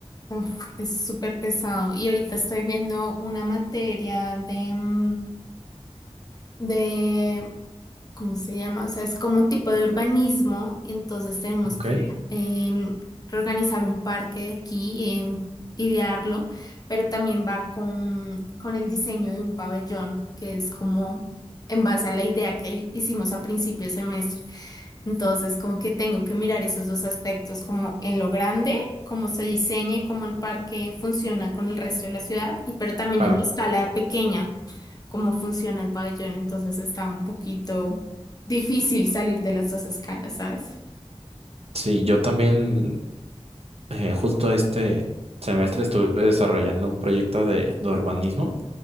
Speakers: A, on the left; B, on the right.
A: Uf, es súper pesado. Y ahorita estoy viendo una materia de, mm, de ¿cómo se llama? O sea, es como un tipo de urbanismo, entonces tenemos
B: Ok,
A: que em, reorganizar un parque de aquí, em, idearlo, pero también va con, con el diseño de un pabellón, que es como en base a la idea que hicimos a principio de semestre. Entonces, como que tengo que mirar esos dos aspectos, como en lo grande, cómo se diseña y cómo el parque funciona con el resto de la ciudad, y pero también
B: claro.
A: en la escala pequeña, cómo funciona el pabellón. Entonces está un poquito difícil salir de las dos escalas, ¿sabes?
B: Sí, yo también eh, justo este semestre estuve desarrollando un proyecto de, de urbanismo.